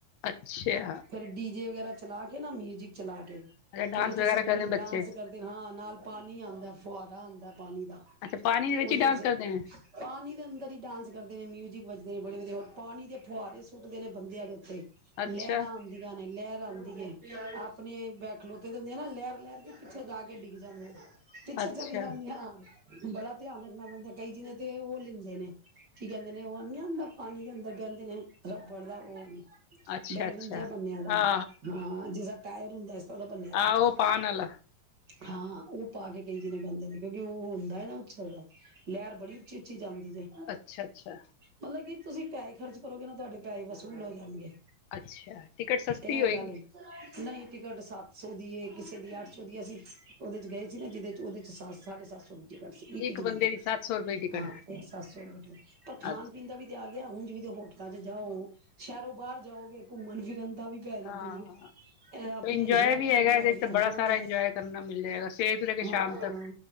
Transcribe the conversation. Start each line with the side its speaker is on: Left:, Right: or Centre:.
Left: ਅੱਛਾ।
Right: ਫੇਰ ਡੀਜੇ ਵਗੈਰਾ ਚਲਾ ਕੇ ਨਾ, ਮਿਊਜਿਕ ਚਲਾ ਕੇ
Left: ਅੱਛਾ ਡਾਂਸ
Right: ਫੇਰ ਉੱਥੇ
Left: ਵਗੈਰਾ
Right: ਸਭ
Left: ਕਰਦੇ
Right: ਜਨੇ
Left: ਨੇ
Right: ਡਾਂਸ
Left: ਬੱਚੇ
Right: ਕਰਦੇ ਹਾਂ ਨਾਲ, ਪਾਣੀ ਆਂਦੇ ਫੁਹਾਰਾ ਆਂਦੇ ਪਾਣੀ ਦਾ
Left: ਅੱਛਾ ਪਾਣੀ ਦੇ
Right: ਉਹਦੇ
Left: ਹੀ ਡਾਂਸ
Right: ਵਿੱਚ
Left: ਕਰਦੇ ਨੇ
Right: ਪਾਣੀ ਦੇ ਅੰਦਰ ਹੀ ਡਾਂਸ ਕਰਦੇ ਨੇ, ਮਿਊਜਿਕ ਵ ਨੇ ਬੜੇ ਵਧੀਆ ਹੋਰ ਪਾਣੀ ਦੇ ਫੁਹਾਰੇ ਸੁੱਟਦੇ ਨੇ ਬੰਦਿਆਂ ਦੇ ਉੱਤੇ।
Left: ਅੱਛਾ
Right: ਲਹਿਰਾਂ ਆਉਂਦੀਆਂ ਨੇ ਲਹਿਰਾਂ ਆਂਦੀ ਏ, ਆਪਣੇ ਬ ਖਲੋਤੇ ਹੁੰਦੇ ਆ ਨਾ, ਲਹਿਰ ਲੈਰ ਕੇ ਪਿੱਛੇ ਜਾ, ਕੇ ਡਿੱਗ ਜਾਂਦੇ ਨੇ। ਪਿੱਛੇ
Left: ਅੱਛਾ
Right: ਚਲੇ ਜਾਨੇ ਹਾਂ, ਬੜਾ ਧਿਆਨ ਰਖਨਾ ਪੈਂਦਾ। ਕਈ ਜੀਨੇ ਤੇ, ਉਹ ਲੈਂਦੇ ਨੇ, ਕੀ ਕਹਿੰਦੇ ਨੇ, ਉਹ ਨ ਹੁੰਦਾ ਪਾਣੀ ਦੇ ਅੰਦਰ ਬਹਿੰਦੇ ਨੇ ਰਬੜ ਦਾ ਉਹ।
Left: ਅੱਛਾ
Right: ਬੈਲੂਨ
Left: ਅੱਛਾ
Right: ਜਿਆ ਬੰਨਿਆ ਦਾ,
Left: ਹਾਂ
Right: ਹਾਂ, ਜਿਸਾ ਤਾਇਰ ਹੁੰਦਾ। ਸ ਦਾ ਬੰਨਿਆ ਦਾ
Left: ਆਹੋ
Right: ਹੁੰਦਾ।
Left: ਪਾਨ ਵਾਲਾ
Right: ਹਾਂ, ਉਹ ਪਾ ਕੇ ਕਈ ਜਣੇ ਬੈਂਦੇ ਨੇ, ਕਿਉਂਕਿ ਉਹ ਹੁੰਦਾ ਨਾ ਉਛਲਦੈ ਲੈਰ ਬੜੀ ਉੱਚੀ, ਉੱਚੀ ਜਾਂਦੀ। ਜੈ,
Left: ਅੱਛਾ ਅੱਛਾ
Right: ਮਤਲਬ ਕੀ। ਤੁਸੀਂ ਪੈਹੇ ਖਰਚ ਕਰੋਗੇ ਨਾ, ਤੁਹਾਡੇ ਪੈਹੇ ਵਸੂਲ ਹੋ ਜਾਣਗੇ।
Left: ਅੱਛਾ ਟਿਕਟ ਸਸਤੀ
Right: ਇਹ
Left: ਹੋਏਗੀ
Right: ਗੱਲ ਏ, ਨਹੀਂ ਤਿਕਟ ਸਤ ਸੌ ਦੀਏ, ਕਿਸੇ ਦੀ ਅੱਠ ਸੌ ਦੀ ਏ, ਅਸੀਂ ਉਹਦੇ ਚ ਗਏ ਸੀ ਨਾ ਜਿਹਦੇ ਚ ਉਹਦੇ ਚ ਸੱਤ- ਸਾਢੇ ਸੱਤ ਸੌ ਦੀ। ਇੱਕ ਜਣੇ
Left: ਬੰਦੇ
Right: ਦੀ,
Left: ਸੱਤ ਸੌ ਰੁਪਏ ਟਿਕਟ
Right: ਹਾਂ, ਇਹ ਸੱਤ ਸੌ ਪਰ ਖਾਣ,
Left: ਅੱਛਾ
Right: ਪੀਣ ਦਾ ਵੀ ਤੇ, ਆ ਗਿਆ, ਉਂਜ ਵੀ। ਹੋਟਲਾ ਚ ਜਾਓ। ਸ਼ਹਿਰੋਂ ਬਾਹਰ ਜਾਓਗੇ। ਮਨ ਜੀ ਰਨ। ਦਾ ਵੀ ਪੈਹੇ ਲੱਗਣਗੇ
Left: ਹਾਂ
Right: ਇਹ ਆਪਣੀ
Left: ਇੰਜੋਏ
Right: ਸ਼ਹਿਰ।
Left: ਵੀ
Right: ਜੀ
Left: ਹੈਗਾ
Right: ਇਨ੍ਹਾਂ
Left: ਇਹਦੇ
Right: ਵਧੀਆ
Left: ਚ ਤਾਂ ਬੜਾ
Right: ਹਾਂ,
Left: ਸਾਰਾ ਇੰਜੋਏ ਕਰਨਾ ਮਿਲ ਜਾਏਗਾ ਸਵੇਰ ਤੋਂ ਲੈ ਕੇ
Right: ਹਾਂ,
Left: ਸ਼ਾਮ ਤੱਕ